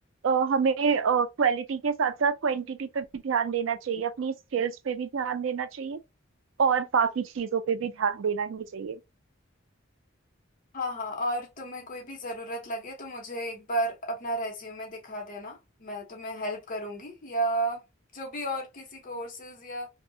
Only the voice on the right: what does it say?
अ, हमें क्वालिटी के साथ साथ क्वांटिटी पे भी ध्यान देना चाहिए अपनी स्किल्स पे भी ध्यान देना चाहिए और बाकी चीजों पे भी ध्यान देना ही चाहिए